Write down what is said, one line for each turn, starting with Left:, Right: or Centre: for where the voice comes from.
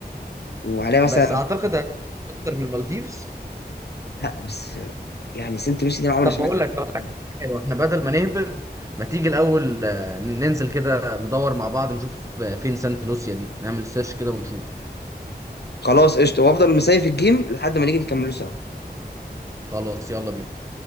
Left: وعليها
Right: بس
Left: مثلا
Right: اعتقد هت- اكتر من المالديفز
Left: لا بس يعني سنت لوسي دي انا عمري
Right: طب
Left: ما سمعت
Right: بقول
Left: عنها
Right: لك بقول
Left: يعني
Right: لك حلو احنا بدل ما نهبد ما تيجي الاول آه، ننزل كده ندور مع بعض نشوف آه، فين سانت لوسيا دي نعمل سيرش كده ونشوف
Left: خلاص قشطه وافضل مسايف الجيم لحد ما نيجي نكمله سوا
Right: خلاص يلا بينا